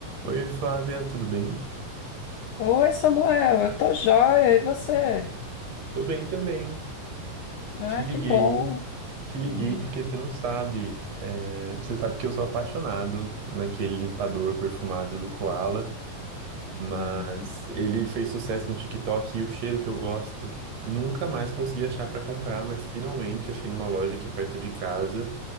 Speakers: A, on the right; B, on the left.
A: Oi, Flávia, tudo bem?
B: Oi, Samuel, eu tô joia, e você?
A: Tô bem também.
B: Ai,
A: Te liguei,
B: que bom.
A: te liguei
B: Hum,
A: porque você não sabe, é, você sabe que eu sou apaixonado naquele limpador perfumado do Koala, mas
B: Uhum,
A: ele fez sucesso no TikTok e o cheiro que eu gosto nunca mais consegui achar pra comprar, mas finalmente achei numa loja aqui perto de casa